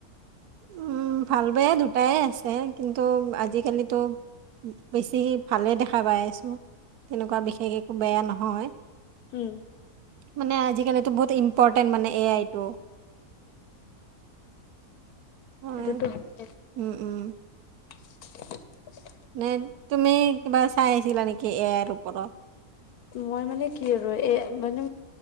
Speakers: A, on the right; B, on the left.
A: উম ভাল বেয়া দু টাই আছে কিন্তু আজিকালিতো বেছি ভালে দেখা পায় আছো তেনেকোৱা বিশেষ একো বেয়া নহয় হয়
B: হম
A: মানে আজিকালি টো বহুত ইম্পৰটেন্ট মানে এ আইটো হয়
B: এইটোতো হয়ে
A: উম উম
B: নাই
A: নে তুমি কিবা চাই আহিছিলা নেকি এ আইৰ ওপৰত
B: মই মানে কি আৰু এ মানে